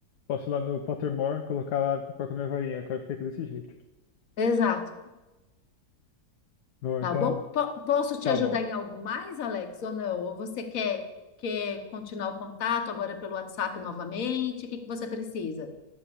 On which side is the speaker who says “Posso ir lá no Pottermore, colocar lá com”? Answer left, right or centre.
Left